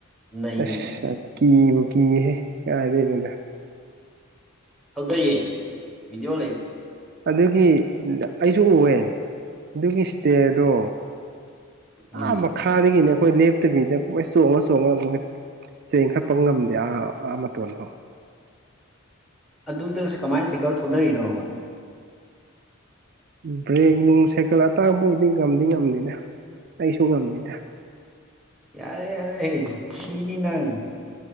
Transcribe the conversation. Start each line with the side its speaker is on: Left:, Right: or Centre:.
Centre: ꯅꯩꯅꯦ
Right: ꯑꯁ ꯀꯤꯕꯨ ꯀꯤꯌꯦꯍꯦ ꯀꯥꯏꯗꯩꯅꫭꯗ꯫
Centre: ꯊꯧꯗꯩꯌꯦ ꯕꯤꯗꯤꯑꯣ ꯂꯩ
Right: ꯑꯗꯨꯒꯤ ꯑꯩꯁꯨ ꯎꯑꯦ ꯑꯗꯨꯒꯤ ꯏꯁꯇꯦꯔꯗꯣ
Centre: ꯎꯝ
Right: ꯑꯥ ꯃꯈꯥꯗꯒꯤꯅꯦ ꯑꯩꯈꯣꯏ ꯂꯦꯞꯇꯕꯤꯗ ꯃꯣꯏ ꯆꯣꯡꯉ ꯆꯣꯡꯉꯒ ꯃꫭꯏ꯫ ꯆꯦꯡ ꯈꯠꯄ ꯉꯝꯗꯦ ꯑꯥ ꯑꯥ ꯃꯇꯣꯟ ꯐꯥꯎ꯫
Centre: <inaudible> ꯑꯗꯨꯗ ꯀꯃꯥꯏꯅ ꯁꯥꯏꯀꯜ ꯊꯧꯗꯔꯤꯅꯣꯕ꯫
Right: ꯕ꯭ꯔꯦꯛ ꯅꯨꯡ ꯁꯥꯏꯀꯜ ꯑꯇꯥꯡꯕ ꯑꯣꯏꯗꯤ ꯉꯝꯗꯤ ꯉꯝꯅꯤꯗ ꯑꯩꯁꯨ ꯉꯝꯅꯤ꯫
Centre: ꯌꯥꯔꯦ-ꯌꯥꯔꯦ ꯁꯤꯅꯤ ꯅꯪ꯫